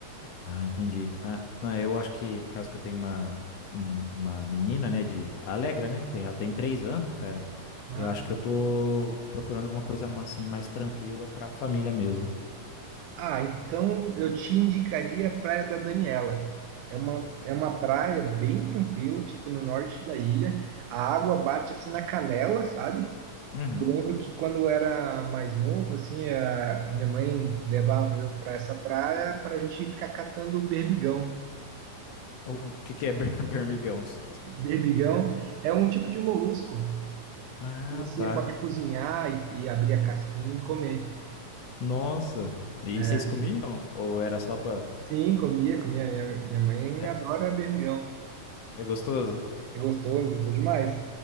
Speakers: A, on the left; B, on the right.
A: Ah, entendi. Ah, não, eu acho que, por causa que eu tenho uma, um- uma menina, né, de a Alegra, né? Tem, ela tem três anos, cara.
B: Ah,
A: Eu acho
B: tá.
A: que eu tô procurando alguma coisa ma- assim mais tranquila pra família mesmo.
B: Ah, então eu te indicaria a Praia da Daniela. É uma, é uma praia bem tranquila, fica no norte da ilha. A água bate assim na canela, sabe?
A: Uhum.
B: Eu lembro que quando eu era mais novo, assim, a minha mãe levava eu para essa praia para a gente ficar catando berbigão.
A: O, o que que é ber- <laughs> bermigãos?
B: Berbigão é um tipo de molusco
A: Ah,
B: que você
A: tá.
B: pode cozinhar e, e abrir a casquinha e comer.
A: Nossa. E
B: É,
A: vocês comiam? Ou era só pra.
B: Sim, comia, comia. Minha, minha mãe
A: É,
B: adora berbigão.
A: é gostoso?
B: Gostou, gostou demais.